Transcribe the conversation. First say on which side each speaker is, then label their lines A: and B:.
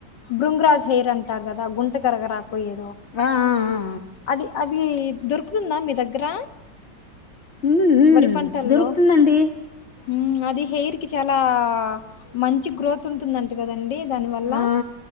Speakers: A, on the left; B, on the left.
A: బృంగ్రాజ్ హెయిర్ అంటారు కదా గుంత కరగరాకు పోయేదో
B: ఆ ఆ ఆ
A: అది అది దొరుకుతుందా మీ దగ్గర
B: మ్మ్ మ్మ్
A: వరి పంటల్లో
B: దొరుకుతుందండి
A: ఉమ్ అది హెయిర్ కి చాలా ఆ మంచి గ్రోత్ ఉంటుందంట కదండి దానివల్ల
B: ఆ